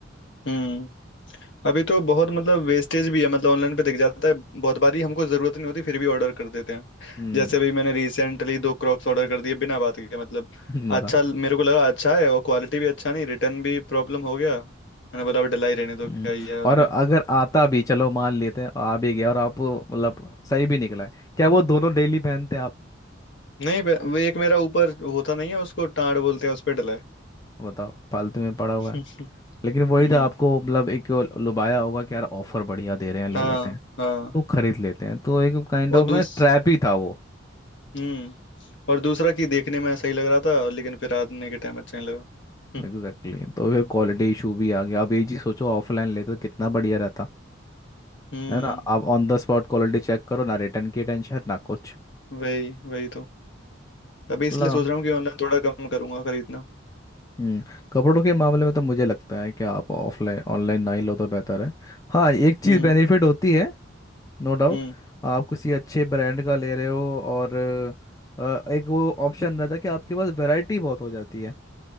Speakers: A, on the left; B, on the left.
A: हम्म अभी तो बहुत मतलब वेस्टेज भी है मतलब ऑनलाइन पे दिख जाता है बहुत बारी हमको जरूरत नहीं होती फिर भी ऑर्डर कर देते हैं
B: हम्म
A: जैसे अभी मैंने रिसेंटली दो क्रॉक्स ऑर्डर कर दिए बिना बात के मतलब
B: <laughs> बता
A: अच्छा मेरे को लगा अच्छा है और क्वालिटी भी अच्छा नहीं रिटर्न भी प्रॉब्लम हो गया मैंने बोला अब डलाई रहने दो
B: हम्म,
A: क्या ही है और
B: और
A: क्या
B: अगर आता भी चलो मान लेते हैं आ भी गया और आप मतलब सही भी निकला है क्या वो दोनों डेली पहनते आप
A: नहीं बे- वो एक मेरा ऊपर होता नहीं है उसको टाड़ बोलते हैं उस पे डला है
B: बताओ फालतू में पड़ा हुआ
A: <laughs>
B: है लेकिन वही
A: हम्म
B: तो आपको मतलब एक लुभाया होगा कि यार ऑफर बढ़िया दे रहे हैं ले
A: हाँ
B: लेते हैं
A: हाँ
B: वो खरीद लेते हैं तो एक काइंड
A: और
B: ऑफ
A: दूस
B: ना ट्रैप ही था वो
A: हम्म और दूसरा कि देखने में ऐसा ही लग रहा था लेकिन फिर आने के टाइम अच्छा नहीं लगा हम्म
B: Exactly exactly. तो फिर क्वालिटी इशू भी आ गया अब ये चीज सोचो ऑफलाइन लेते तो कितना बढ़िया रहता
A: हम्म
B: है ना आप on the spot quality check करो ना रिटर्न की टेंशन ना कुछ
A: वही वही तो अभी इसलिए
B: ला
A: सोच रहा हूँ कि ऑनलाइन थोड़ा कम करूंगा खरीदना
B: हम्म कपड़ों के मामले में तो मुझे लगता है कि आप ऑफलाइन ऑनलाइन ना ही लो तो बेहतर है हाँ एक चीज
A: हम्म
B: बेनिफिट होती है नो डाउट
A: हम्म
B: आप किसी अच्छे ब्रांड का ले रहे हो और अ, एक वो ऑप्शन रहता है कि आपके पास वैरायटी बहुत हो जाती है